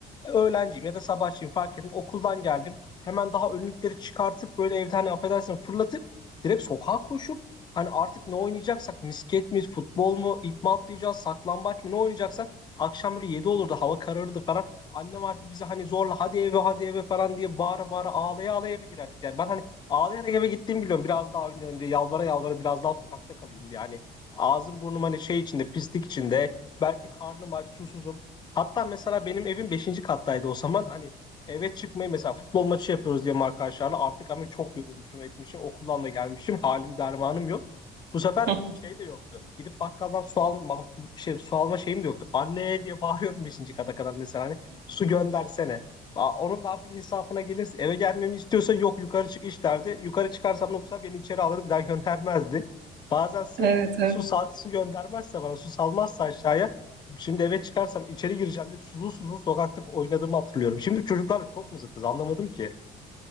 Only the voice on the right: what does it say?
<laughs>
Evet, evet.